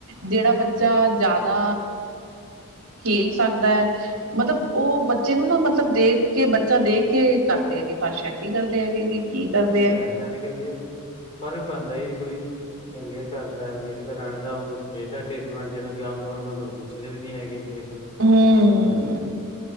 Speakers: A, on the right (about 65°); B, on the left (about 25°).
A: ਜਿਹੜਾ ਬੱਚਾ ਜ਼ਿਆਦਾ ਖੇਲ ਸਕਦਾ। ਮਤਲਬ ਉਹ ਬੱਚੇ ਨੂੰ ਨਾ ਮਤਲਬ ਦੇਖ ਕੇ ਬੱਚਾ ਦੇਖ ਕੇ ਕਰਦੇ ਹੈਗੇ ਪਰਸ਼ ਕੀ ਹੈਗੇ ਕੀ, ਕੀ ਕਰਦੇ ਹੈ।
B: ਯਾਨੀ ਕਿ ਜੇ ਫਰਕ ਪੈਂਦਾ ਜੀ ਕੋਈ ਚੰਗੇ ਘਰ ਦਾ ਅਮੀਰ ਘਰਾਂ ਨੇ ਦਾ ਉਹਨੂੰ ਦੇਤਾ ਟਰੀਟਮੈਂਟ ਜਿਹੜ ਕਿ ਆਮ ਨੋਰਮਲ ਨੂੰ ਪੁੱਛਦੇ ਵੀ ਨੀ ਹੈਗੇ ਜੀ ਦੇਖੋ।
A: ਹਮ